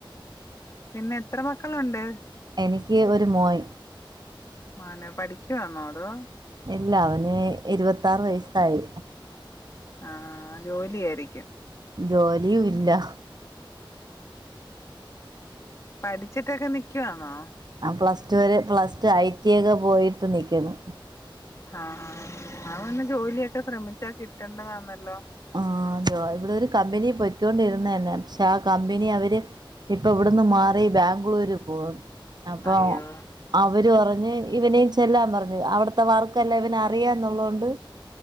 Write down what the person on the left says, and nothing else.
പിന്നെ എത്ര മക്കളുണ്ട്?
മനോ പഠിക്കാന്നോ? അതോ
ആഹ് ജോലിയായിരിക്കും.
പഠിച്ചിട്ടൊക്കെ നിക്ക്യാന്നോ?
ആഹ് ആഹ് അവന്ന് ജോലിയൊക്കെ ശ്രമിച്ചാ കിട്ടണ്ടതാന്നല്ലോ?
അയ്യോ